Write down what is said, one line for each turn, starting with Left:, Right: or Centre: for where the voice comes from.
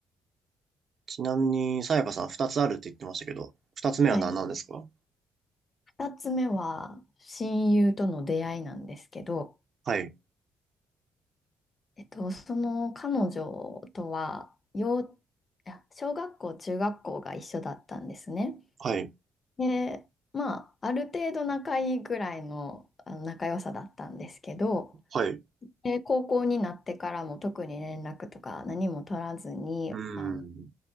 Right: ちなみに、さやかさん二つあるって言ってましたけど、二つ目は何なんですか
Left: はい。二つ目は、親友との出会いなんですけど、
Right: はい、
Left: えっと、その彼女とは、幼、いや小学校、中学校が一緒だったんですね。
Right: はい、
Left: で、まあ、ある程度仲いいぐらいの、あの仲良さだったんですけど、
Right: はい。う
Left: で、高校になってからも特に連絡とか何も取らずに、
Right: ーん、
Left: あの